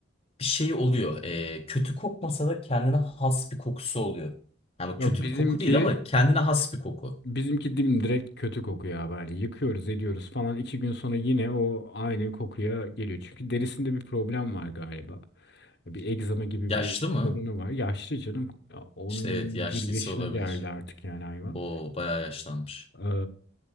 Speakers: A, on the left; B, on the left.
A: bir şeyi oluyor. Ee, kötü kokmasa da kendine has bir kokusu oluyor. Yani bu
B: Ya
A: kötü
B: bizimki
A: bir koku değil ama kendine has bir koku.
B: bizimki dimdirek kötü kokuyor abi. Hani yıkıyoruz ediyoruz falan. iki gün sonra yine o aynı kokuya geliyor. Çünkü derisinde bir problem var galiba. Bir egzama gibi
A: Yaşlı
B: bir
A: mı?
B: sorunu var. Yaşlı canım. Ya on
A: İşte evet yaşlıysa
B: bir yaşına
A: olabilir.
B: geldi artık yani hayvan.
A: O bayağı yaşlanmış.
B: Ee,